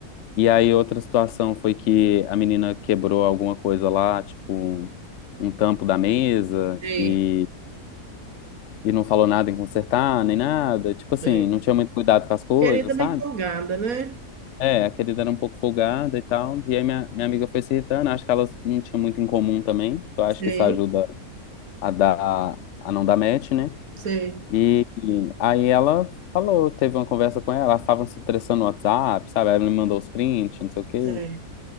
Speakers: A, on the left; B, on the right.
A: E aí outra situação foi que a menina quebrou alguma coisa lá, tipo um, um tampo da mesa
B: sei,
A: e, e não falou nada em consertar, nem nada. Tipo
B: sei.
A: assim, não tinha muito cuidado com as coisas,
B: Querida
A: sabe?
B: bem folgada, né?
A: É, a querida era um pouco folgada e tal. E aí minha, minha amiga foi se irritando. Acho que elas não tinham muito em comum também. Eu acho
B: Sei,
A: que isso ajuda a dar, a não dar match, né?
B: sei,
A: E, e aí ela falou, teve uma conversa com ela, elas estavam se estressando no WhatsApp, sabe? Ela me mandou os prints, não sei o quê.
B: sei.